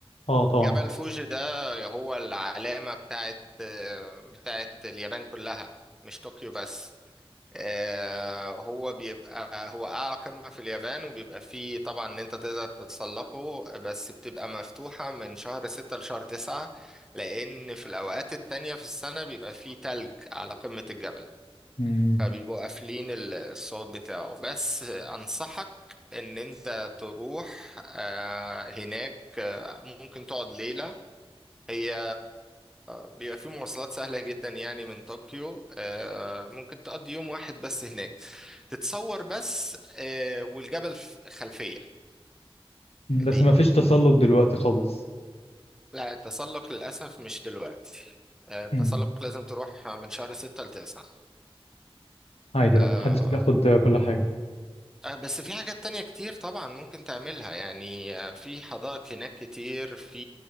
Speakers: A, on the left; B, in the centre.
A: اه طبعا
B: جبل فوجي ده هو العلامة بتاعت آه، بتاعت اليابان كلها مش طوكيو بس آه، هو بيبقى هو أعلى قمة في اليابان وبيبقى فيه طبعا إن أنت تقدر تتسلقه بس بتبقى مفتوحة من شهر ستة لشهر تسعة لأن في الأوقات التانية في السنة بيبقى فيه تلج على قمة الجبل
A: مم.
B: فبيبقوا قافلين ال- الصوت بتاعه بس أنصحك إن أنت تروح آه، هناك آه، ممكن تقعد ليلة هي بيبقى في مواصلات سهلة جدا يعني من طوكيو آه، ممكن تقضي يوم واحد بس هناك تتصور بس آه، والجبل ف- خلفية
A: مم.
B: ليك
A: بس ما فيش تسلق دلوقتي خالص
B: لا التسلق للأسف مش دلوقتي آه، التسلق
A: مم.
B: لازم تروح من شهر ستة لتسعة
A: عادي
B: آه،
A: بقى محدش بياخد كل حاجه
B: آه، بس في حاجات تانية كتير طبعا ممكن تعملها يعني آه، في حدائق هناك كتير في